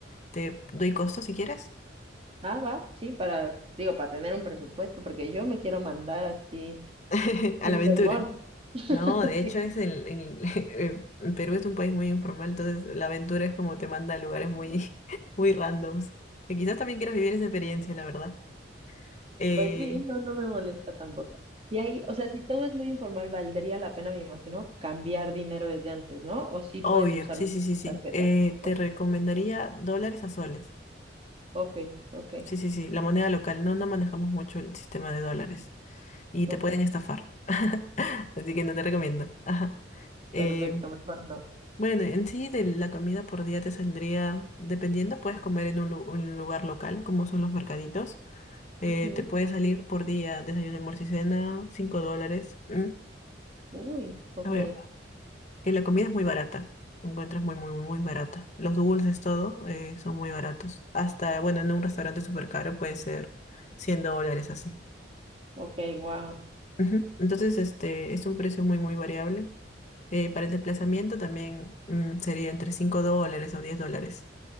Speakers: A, on the left (about 40°); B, on the right (about 30°).
A: Te doy costo si quieres.
B: Ah, va, sí, para, digo, para tener un presupuesto, porque yo me quiero mandar así
A: <laughs> A
B: sin
A: la aventura.
B: temor. <laughs>
A: No, de hecho
B: Sí,
A: es el, el- <laughs> el Perú es un país muy informal, entonces la aventura es como te manda a lugares muy,
B: ok.
A: <laughs> muy randoms. Que quizás también quieras vivir esa experiencia, la verdad. Eh,
B: Pues sí, no, no me molesta tampoco. Y ahí, o sea, si todo es muy informal, valdría la pena, me imagino, cambiar dinero desde antes, ¿no? O sí
A: obvio,
B: puedes usar
A: sí,
B: mucho
A: sí, sí,
B: tu
A: sí.
B: tarjeta.
A: Eh,
B: Ok,
A: te recomendaría dólares a soles.
B: ok, ok.
A: Sí, sí, sí, la moneda local. No, no manejamos mucho el sistema de dólares y
B: Ok,
A: te pueden estafar. <laughs> Así que no te recomiendo. <laughs> Ajá. Eh,
B: perfecto, mejor no.
A: bueno, en sí de la comida por día te saldría, dependiendo, puedes comer en un, lu- un lugar local, como son los mercaditos. eh,
B: Ujú.
A: te puede salir por día, desayuno, almuerzo y cena, 5 dólares. ¿m?
B: Uy, ok,
A: A ver, eh, la comida es muy barata. Encuentras muy, muy, muy, muy barata. Los dulces, todo, eh, son muy baratos. Hasta, bueno, en un restaurante súper caro puede ser 100 dólares así.
B: ok, wow.
A: Ujú. Entonces, este es un precio muy, muy variable. Eh, para el desplazamiento también mm, sería entre 5 dólares o diez dólares.